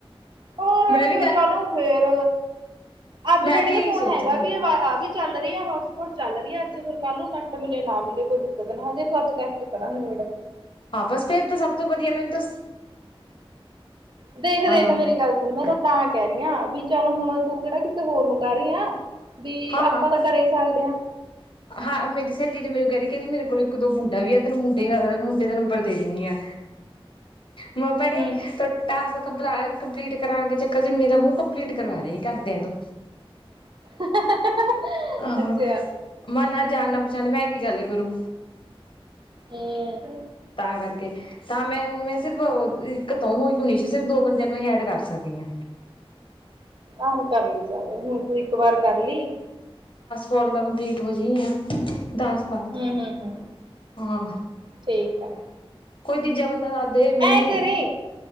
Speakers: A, on the right; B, on the left.
A: ਹੋਰ
B: ਮੈਂ ਵੀ
A: ਫਿਰ ਕੱਲ ਨੂੰ ਫੇਰ ਅੱਜ
B: ਮੈਂ
A: ਡੈਡੀ
B: ਵੀ
A: ਦਾ
B: ਇਹੀ
A: ਫੋਨ
B: ਸੋਚ
A: ਹੈਗਾ,
B: ਰਹੀ
A: ਵੀ
B: ਹਾਂ
A: ਆ ਆਹ ਵੀ ਚੱਲ ਰਹੀ ਆ ਹੋਟਸਪੋਟ ਚੱਲ ਰਹੀ ਹੈ ਅੱਜ। ਫੇਰ ਕੱਲ੍ਹ ਨੂੰ ਨੈਟ ਮਿਲੇ ਨਾ ਮਿਲੇ ਕੋਈ ਦਿੱਕਤ ਨਾ ਹੋਜੇ ਤੂੰ ਅੱਜ ਕਰਕੇ ਪਰਾ ਨਵੇਂਡ
B: ਹਾਂ ਬਸ ਫੇਰ ਤਾਂ ਸਭ ਤੋਂ ਵਧੀਆ ਮੈਨੂੰ ਤਾਂ,
A: ਦੇਖ-ਦੇਖ,
B: ਹਾਂ ਹਾਂ
A: ਮੇਰੀ ਗੱਲ ਸੁਣ ਮੈਂ ਤਾਂ ਤਾਂ ਕਹਿ ਰਹੀ ਹਾਂ ਵੀ, ਚੱਲ ਹੁਣ ਤੂੰ ਕਿਹੜਾ ਹੋਰ ਨੂੰ ਕਹਿ ਰਹੀ ਆ। ਵੀ
B: ਹਾਂ ਹਾਂ
A: ਆਪਾਂ ਤਾਂ ਕਰੇ ਹੀ ਸਕਦੇ ਹਾਂ।
B: ਹਾਂ ਮੇਰੀ ਸਹੇਲੀ ਨੇ ਮੈਨੂੰ ਕਹਿ ਰਹੀ ਕਹਦੀ ਮੇਰੇ ਕੋਲ ਇੱਕ ਦੋ ਮੁੰਡਾ ਵੀ ਆ ਤੈਨੂੰ ਮੁੰਡੇ-ਮੁੰਡੇ ਦਾ ਨੰਬਰ ਦੇ ਦਿੰਨੀ ਆ। ਮ ਪਣੇ
A: ਹੂੰ
B: ਤਟ ਸ ਕੰਪ ਕੰਪਲੀਟ ਕਰਾਉਣਗੇ, ਚੱਕਰ ਜ ਮੇਰਾ ਮੂੰਹ ਕੰਪਲੀਟ ਕਰਵਾ ਦੇ ਕਰਦਿਆਂ ਤੂੰ
A: <unintelligible>
B: ਆਹੋ
A: ਅੱਛਾ
B: ਮਨ ਨਾ ਜਾਣਨਾ ਪਛਾਣ ਮੈਂ ਕੀ ਗੱਲ ਗੁਰੂ
A: ਹੂੰ,
B: ਤਾਂ ਕਰਕੇ ਤਾਂ ਮੈਂ ਹੁਣ ਮੈਂ ਸਿਰਫ ਇੱਕ ਤੋਂ ਹੋਈ ਮਨੀਸ਼ਾ ਸਿਰਫ ਦੋ ਬੰਦਿਆਂ ਨੂੰ ਹੀ ਐਡ ਕਰ ਸਕਦੀ ਐ।
A: ਆਹੋ ਕਰਲੀ ਚੱਲ ਹੁਣ ਤੂੰ ਇੱਕ ਵਾਰ ਕਰਲੀ,
B: ਹੁਣ ਤਾਂ ਕੰਪਲੀਟ ਹੋ ਜਾਈਆਂ। ਦੱਸ ਪਾਤਾ,
A: ਹੂੰ ਹੂੰ ਹੂੰ
B: ਆਹ।
A: ਠੀਕ ਆ
B: ਕੋਈ ਤੀਜਾ ਬੰਦਾ ਦਾ ਦੇ ਮੈਨੂੰ,
A: ਐਂ ਕਰੀ